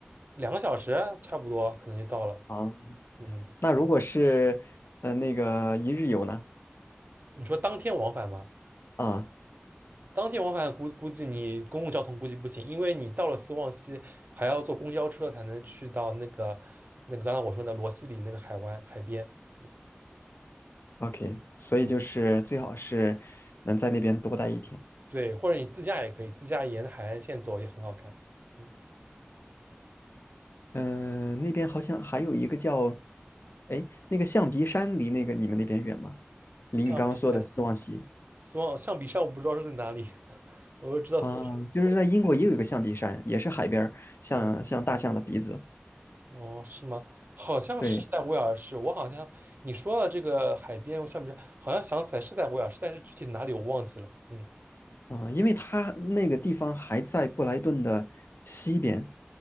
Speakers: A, on the right (about 45°); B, on the left (about 65°).
A: 两个小时差不多可能就到了。
B: 好，
A: 嗯，
B: 那如果是呃那个一日游呢？
A: 你说当天往返吗？
B: 啊。
A: 当天往返估估计你公共交通估计不行，因为你到了斯旺西还要坐公交车才能去到那个那个刚才我说的罗西里那个海湾海边。嗯
B: OK，所以就是最好是能在那边多待一天。
A: 嗯对，或者你自驾也可以，自驾沿海岸线走也很好看。嗯，
B: 嗯、那边好像还有一个叫，哎，那个象鼻山离那个你们那边远吗？离你刚刚说的斯旺西
A: 象鼻山，苏澳，象鼻山我不知道是在哪里，<laughs> 我就知道苏澳
B: 啊、就是在英国也有一个象鼻山，也是海边儿像像大象的鼻子。
A: 嗯，哦，是吗？好像是在威尔士，
B: 对，
A: 我好像你说到这个海边象鼻山，好像想起来是在威尔士，但是具体哪里我忘记了。嗯
B: 啊、因为它那个地方还在布莱顿的西边，